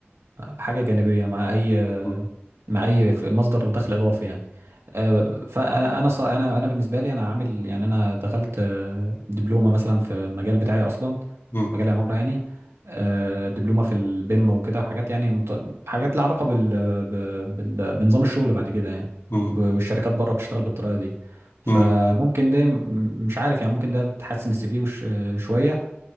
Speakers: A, on the right; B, on the left.
A: حاجه جانبيه مع اي
B: مم.
A: مع اي ف- مصدر دخل اضافي يعني آه، فانا انا ص- انا انا بالنسبه لي انا عامل يعني انا دخلت آه، دبلومه مثلا في المجال بتاعي اصلا
B: مم.
A: مجال العماره يعني آه، دبلومه في البيم وكده وحاجات يعني مت- حاجات لها علاقه بال... بال... بال... بنظام الشغل بعد كده يعني
B: مم.
A: والشركات بره بتشتغل بالطريقه دي فممكن
B: مم.
A: ده م- مش عارف يعني ممكن ده تحسن السي في وش... شويه